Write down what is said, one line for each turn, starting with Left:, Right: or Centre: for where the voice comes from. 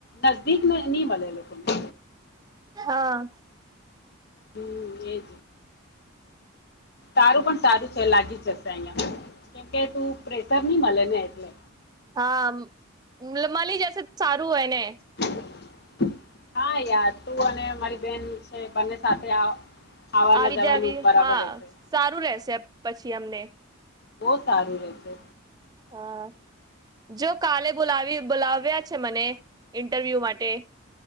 Left: નજદીક ન ન વાે લોકોને
Right: હા
Left: હમ એજ તારું પણ સારું છે લાગી જશે અહિયાં કેમકે તું પ્રેશર નહી મળે ને એટલે
Right: હા મળલી જસે સારું હોય ને
Left: <inaudible> હા યાર તું અને મારી બેન છે બંને સાથે આવ આવવાના
Right: આવી
Left: જવાનું
Right: જ આવી
Left: બરાબર
Right: હા
Left: રહેશે
Right: સારું રેશે પછી અમને
Left: બહ સારું વેશે
Right: હા જો કાલે બોલાવી બોલાવ્યા છે મને ઇન્ટરવ્યુ માટે